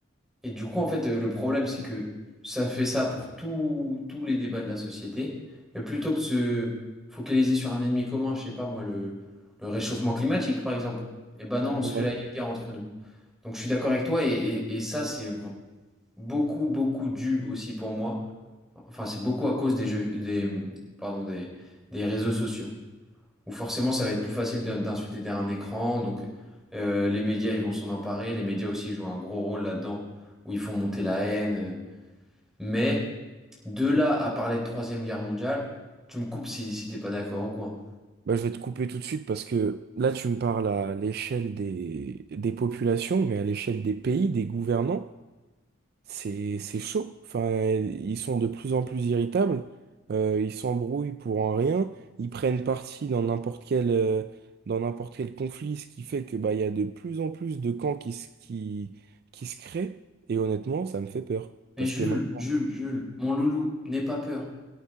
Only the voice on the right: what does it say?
Ouais.
Bah, je vais te couper tout de suite parce que là, tu me parles à l'échelle des, des populations, mais à l'échelle des pays, des gouvernants, c'est, c'est chaud. Enfin, ils sont de plus en plus irritables, euh, ils s'embrouillent pour un rien, ils prennent parti dans n'importe quel, euh, dans n'importe quel conflit, ce qui fait que bah, il y a de plus en plus de camps qui, se- qui, qui se créent. Et honnêtement, ça me fait peur
parce
que maintenant,